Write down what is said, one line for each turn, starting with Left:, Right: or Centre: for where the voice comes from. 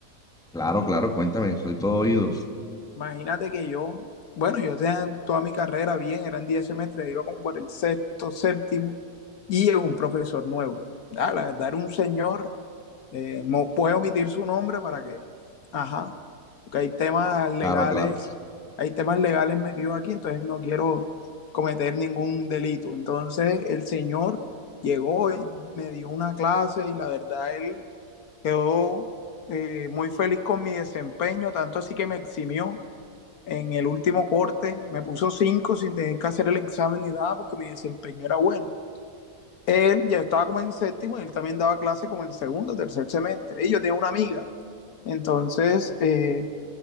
Centre: Claro, claro, cuéntame, soy todo oídos.
Left: Imagínate que yo, bueno, yo tenía toda mi carrera bien, eran 10 semestres, iba como por el sexto, séptimo, y llegó un profesor nuevo. Ah, la verdad era un señor, eh, mo- puedo omitir su nombre para que, ajá, porque hay temas legales,
Centre: Claro, claro.
Left: hay temas legales metidos aquí, entonces no quiero cometer ningún delito. Entonces el señor llegó y me dio una clase y la verdad él quedó eh, muy feliz con mi desempeño, tanto así que me eximió en el último corte me puso 5 sin tener que hacer el examen ni nada porque mi desempeño era bueno. Él ya estaba como en séptimo y él también daba clase como en segundo, tercer semestre. Y yo tenía una amiga. Entonces, eh,